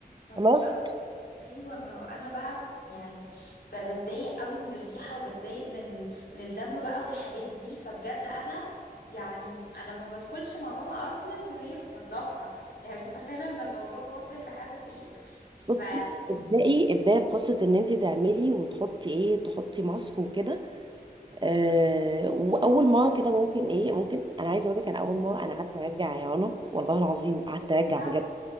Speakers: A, on the left (about 75°); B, on the right (about 30°).
A: آه،
B: خلاص
A: بالظبط ايوه ما هو انا بقى يعني ب- بتضايق قوي من الريحة وبتضايق من ال... من الدم بقى والحاجات دي فبجد انا يعني انا ما بدخلش مع ماما اصلا وهي بتنضفها يعني متخيلة ان الموضوع وصل لحد فين ف
B: بصي ابدأي ابدأي بقصة ان انت تعملي وتحطي ايه تحطي ماسك وكده آه واول مرة كده ممكن ايه ممكن انا عايزه اقول لك انا اول مرة انا قعدت ارجع يا رنا والله العظيم قعدت ارجع
A: لا،
B: بجد